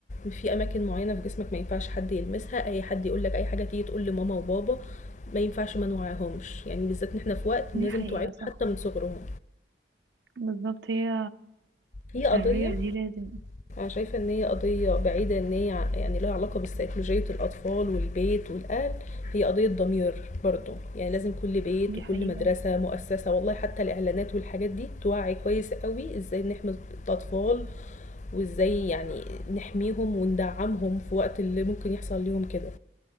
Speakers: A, on the left (about 40°); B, on the right (about 80°).
A: في اماكن معينة في جسمك ما ينفعش حد يلمسها اي حد يقول لك اي حاجة تيجي تقول لماما وبابا ما ينفعش ما نوعيهمش يعني بالذات ان احنا في وقت
B: دي
A: لازم
B: حقيقة
A: توعيهم
B: صح
A: حتى من صغرهم
B: بالظبط هي
A: هي قضية
B: التربية دي لازم
A: أنا شايفة إن هي قضية بعيدة إن هي ع- يعني لها علاقة بسيكولوجية الأطفال والبيت والأهل هي قضية ضمير برضو يعني لازم كل بيت
B: دي
A: وكل
B: حقيقة
A: مدرسة مؤسسة والله حتى الإعلانات والحاجات دي توعي كويس قوي إزاي نحمي الأطفال وإزاي يعني نحميهم وندعمهم في وقت اللي ممكن يحصل ليهم كده